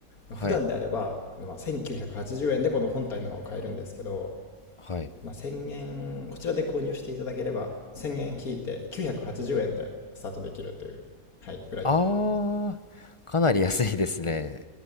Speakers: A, on the left; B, on the left.
A: 普段であれば、
B: はい。
A: あのまあ、1980円でこの本体の方を買えるんですけど、
B: はい。
A: まあ、1000円、こちらで購入していただければ、1000円引いて980円でスタートできるという、はい、ぐらいになってま
B: あー、かなり安いですね。